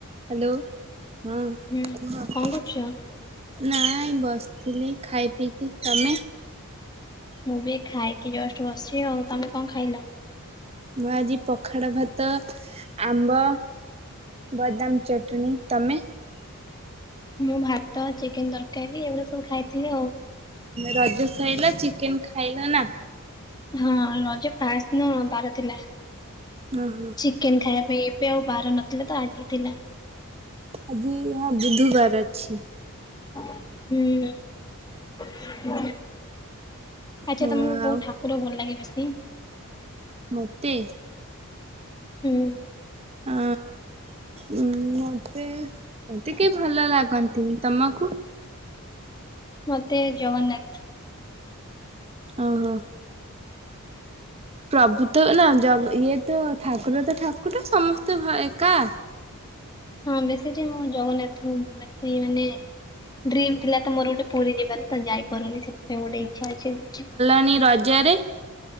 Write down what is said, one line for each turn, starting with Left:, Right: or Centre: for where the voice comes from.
Right: Hello ହଁ
Left: ହୁଁ
Right: କୁହ।
Left: କଣ କରୁଛ?
Right: ନାଇଁ ବସିଥିଲି ଖାଇ ପିଇକି ତମେ?
Left: ମୁଁ ବି ଖାଇକି ଜଷ୍ଟ ବସିଛି ଆଉ ତମେ କଣ ଖାଇଲ?
Right: ମୁଁ ଆଜି ପଖାଳ ଭାତ ଆମ୍ବ ବଦାମ ଚଟଣି ତମେ?
Left: ମୁଁ ଭାତ ଚିକେନ ତରକାରୀ ଏଇଗୁଡା ସବୁ ଖାଇଥିଲି ଆଉ।
Right: ରଜ ସଇଲା ଚିକେନ ଖାଇଲ ନା
Left: ହଁ ରଜ ଫାଷ୍ଟ ଦିନ ବାର ଥିଲା।
Right: ହଁ ହଁ
Left: ଚିକେନ ଖାଇବା ପାଇଁ ଏବେ ଆଉ ବାହାର ନଥିଲା ତ ଆଜି ଥିଲା।
Right: ଆଜି ହଁ ବୁଧବାର ଅଛି।
Left: ହୁଁ ଆଚ୍ଛା
Right: ହଁ
Left: ତମକୁ କୋଉ
Right: ଆଉ
Left: ଠାକୁର ଭଲ ଲାଗେ ବେଶୀ?
Right: ମୋତେ?
Left: ହୁଁ <inaudible>
Right: ଅ ଉଁ ମତେ ମୋତେ କେହି ଭଲ ଲାଗନ୍ତିନି ତମକୁ?
Left: ମତେ ଜଗନ୍ନାଥ
Right: ଓହୋ ପ୍ରଭୁତ ନା ଇଏ ତ ଠାକୁର ତ ଠାକୁର ସମସ୍ତେ ଭ ଏକା।
Left: ହଁ ବେଶୀଟି ମୁଁ ଜଗନ୍ନାଥ ବେଶୀ ମାନେ ଡ୍ରିମ୍ ଥିଲା ତ ମୋର ଗୋଟେ ପୁରୀ ଯିବାରେ ତେ ଯାଇପାରୁନି ସେଥିପାଇଁ ଗୋଟେ ଇଚଛା ଅଛି।
Right: ପାଣି ରଜରେ।